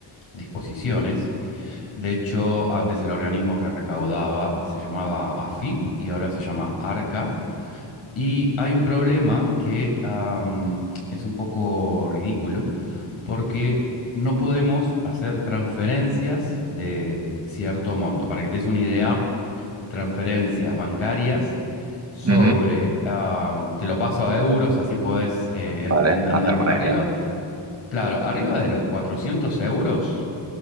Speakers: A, on the left (about 80°); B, on the right (about 30°).
A: disposiciones. De hecho, antes el organismo que recaudaba se llamaba AFIP y ahora se llama ARCA. Y hay un problema que am, es un poco ridículo, porque no podemos hacer transferencias de cierto monto. Para que te des una idea, transferencias bancarias sobre,
B: ujú,
A: am, te lo paso a euros, así podés eh, en-
B: Vale,
A: entenderlo.
B: hacerme una
A: Arriba,
B: idea.
A: claro, arriba de los 400 euros.